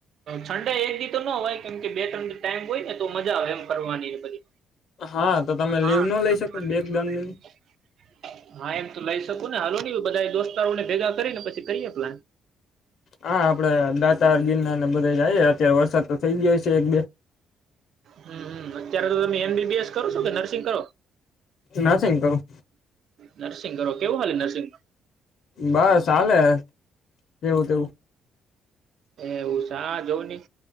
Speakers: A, on the right; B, on the left.
A: સંડે એક દી તો નો અવાય કેમ કે એ તમને ટાઈમ હોય ને તો મજા આવે એમ ફરવાની બધી
B: હા તો તમે
A: હા
B: લીવ ન લઈ શકો બે દંડની
A: <inaudible> હા એમ તો લઈશ. થતુને હાલો ને બધા દોસ્તારો ને ભેગા કરી ને પછી કરીએ પ્લાન <inaudible>
B: હા આપડે દાતાર ગિરનાર ને બધા જઈએ અત્યારે વરસાદ તો થઈ ગયો છે એક બે
A: હમ્મ અત્યારે તો તમે એમ બી બી એસ કરો છો કે નર્સિંગ કરો
B: નથીંગ કરું
A: નરસિંગ કરો કેવું હાલે નરસિંગ?
B: બસ ચાલે જેવુ તેવું.
A: એવું હા જોવું ની